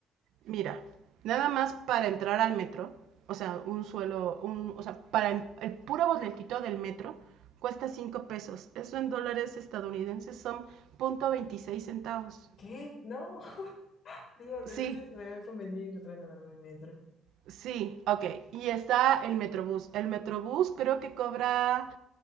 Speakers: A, on the right; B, on the left.
A: Mira, nada más para entrar al metro, o sea, un suelo, un, o sea, para el, el puro boletito del metro cuesta 5 pesos. Eso en dólares estadounidenses son punto veintiséis centavos.
B: ¿Qué? No, <laughs> Dios,
A: Sí,
B: entonces me va a convenir trasladarme en metro.
A: sí, ok. Y está el Metrobús. El Metrobús creo que cobra